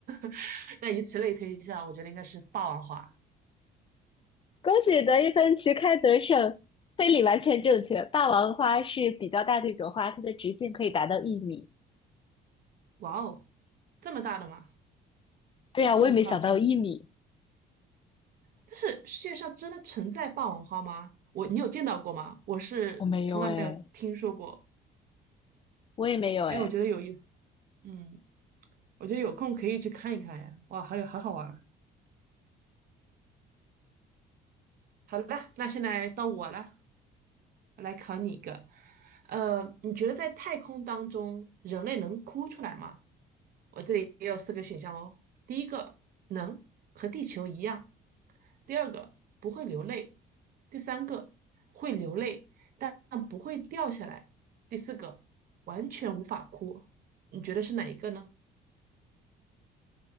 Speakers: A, on the right; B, on the left.
A: <laughs> 那以此类推一下，我觉得应该是霸王花。
B: 恭喜得一分旗开得胜，推理完全正确。霸王花是比较大的一种花，它的直径可以达到一米。
A: 哇哦，这么大的吗？
B: 对呀，我也没想到有一米，
A: 有点夸张。但是世界上真的存在霸王花吗？我，你有见到过吗？我是从来没有听说过。
B: 我没有哎，我也没有哎。
A: 哎，我觉得有意思，嗯，我觉得有空可以去看一看呀。哇，还有好好玩儿。好了，那现在到我了。我来考你一个，呃，你觉得在太空当中，人类能哭出来吗？我这里也有四个选项哦。第一个，能，和地球一样；第二个，不会流泪；第三个，会流泪，但不会掉下来；第四个，完全无法哭。你觉得是哪一个呢？